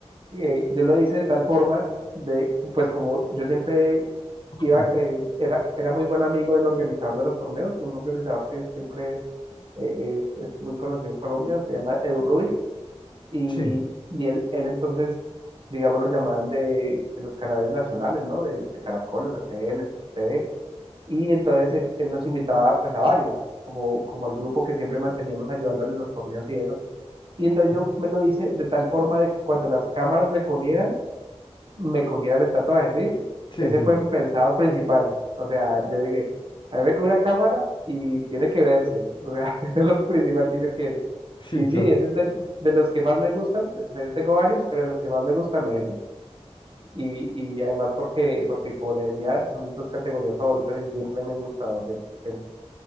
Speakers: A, on the right; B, on the left.
A: eh, yo lo hice de tal forma de, pues como yo siempre iba,
B: Ujú.
A: eh, era, era muy buen amigo del organizador de los torneos, un organizador que siempre eh, es, es muy conocido en Colombia, se llama Edu Ruiz y,
B: Sí.
A: y él, él entonces, digamos, lo llamaban de, de los canales nacionales, ¿no? De, de Caracol, RCN, TV. Y entonces él, él nos invitaba pues a varios, como, como el grupo que siempre manteníamos ayudándole en los torneos y eso. Y entonces
B: Ujú.
A: yo me lo hice de tal forma de que cuando las cámaras me cogieran, me cogieran el tatuaje, ¿sí?
B: Sí,
A: Ese
B: sí.
A: fue mi pensado principal. O sea, yo dije, a mí me coge una cámara y tiene que verse. O sea, <laughs> eso es lo principal que yo quiero.
B: Sí,
A: Y sí,
B: claro.
A: ese es de, de los que más me gustan, o sea, yo tengo varios, pero de los que más me gustan es ese. Y, y además porque, porque como le decía, son mis dos categorías favoritas y siempre me han gustado. siempre- siempre.